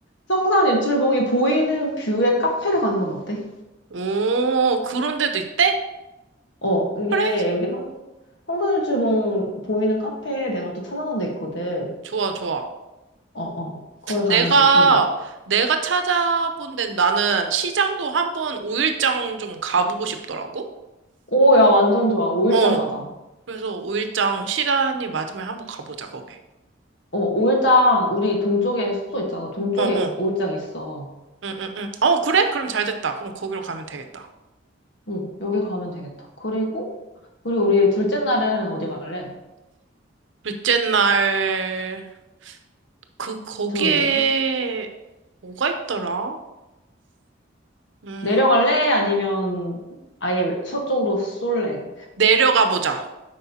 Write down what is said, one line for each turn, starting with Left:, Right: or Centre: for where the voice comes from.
Left: 성산일출봉이 보이는 뷰의 카페를 가는 건 어때?
Right: 오, 그런 데도 있대?
Left: 어, 이게
Right: 그래?
Left: 여기 성, 성산일출봉 보이는 카페 내가 또 찾아놓은 데 있거든.
Right: 좋아, 좋아.
Left: 어, 어, 거기 가면
Right: 내가,
Left: 되고.
Right: 내가 찾아본 데는 나는 시장도 한번 오일장 좀 가보고 싶더라고?
Left: 오, 야, 완전 좋아. 오일장
Right: 어.
Left: 가자.
Right: 그래서 5일장 시간이 맞으면 한번 가보자, 거기.
Left: 어, 오일장, 우리 동쪽에 숙소 있잖아. 동쪽에
Right: 어, 어.
Left: 오일장 있어.
Right: 응, 응, 응. 어, 그래? 그럼 잘 됐다. 그럼 거기로 가면 되겠다.
Left: 응, 여기 가면 되겠다. 그리고, 그리고 우리 둘째 날은 어디 갈래?
Right: 둘째 날, 그, 거기에,
Left: 들어 내려가?
Right: 뭐가 있더라? 음,
Left: 내려갈래? 아니면 아예 서쪽으로 쏠래?
Right: 내려가 보자.